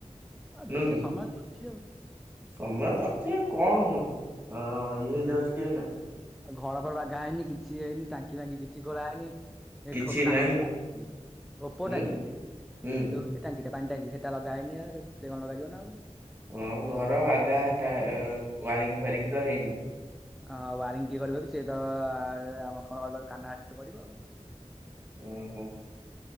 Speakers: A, in the centre; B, on the right.
A: ଆଉ
B: ନୁହଁ
A: ଦେଖିବା
B: କି?
A: ସମୟ ତ ଅଛି ଆଉ।
B: ସମୟ ତ ଅଛି କଣ ଇଏ ହେଇଯାଉଛି କି ଏଇନା।
A: ଘର ଫର ବାଗା ହେଇନି କିଛି ହେଇନି ତାଙ୍କ ଟାଙ୍କ ଟାଙ୍କି ବାଙ୍କି କିଛି ଖୋଳା ହେଇନି
B: କିଛି ନାହିଁ
A: <unintelligible> ଉପର
B: ହୁଁ
A: ଟାଙ୍କି।
B: ହୁଁ
A: ଯୋଉ ଟାଙ୍କିଟା ପାଣି ଟାଙ୍କି ସେଟା ଲଗା ହେଇନି ଆ କେତେ କଣ ଲଗାଯିନା ଆଉରି।
B: ହଁ ଘର ବାଗାଟା ୱାରିଙ୍ଗ ଫାରିଙ୍ଗ ତ ହେଇନି।
A: ହଁ ୱାରିଙ୍ଗ କିଏ କରିବକି ସେଏ ତ ଆମେ ଖବର ପାଇଲୁ କାହ୍ନା ଆଛିତ କରିବ ଆଉ।
B: ଉଁ ହୁଁ।